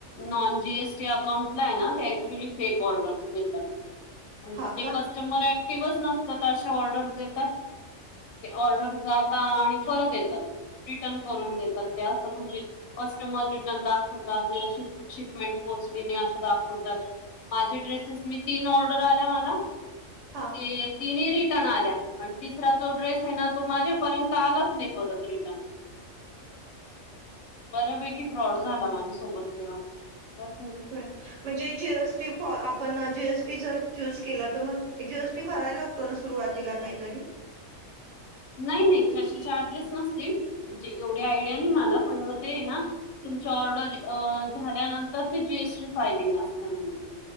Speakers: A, on the left; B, on the right.
A: नॉन जीएसटी अकाउंटलाय ना, ते ऍक्च्युली फेक ऑर्डर्स देतात. म्हणजे
B: हा
A: ते
B: का
A: कस्टमर ऍक्टिव्हच नसतात, अशा ऑर्डरस देतात. ऑर्डर जाता आणि परत येतात. रिटर्न करून देतात, ते असं म्हणजे, कस्टमर रिटर्न दाखवतात म अशी शिपमेंट पोहोचली नाही, असं दाखवतात. माझे ड्रेसेस मी तीन, ऑर्डर आल्या मला
B: हा
A: ती तिन्ही रिटर्न आल्या आणि तिसरा जो ड्रेस आहे, ना तो माझ्यापर्यंत आलाच नाही, परत रिटर्न बऱ्यापैकी फ्रॉड झाला, माझ्यासोबत तेव्हा पण
B: होय म्हणजे, जी एस टी आप पण जी एस टी जर चूज केला, तर मग जी एस टी भरायला लागतो, ना सुरुवातीला काहीतरी
A: नाही नाही त्याचे चार्जेस नसतील, म्हणजे एवढी आयडिया नाही, मला पण मग ते ना तुमच्या ऑर्डर झाल्यानंतर ते जी एस टी फायलिंग, असतं नंतर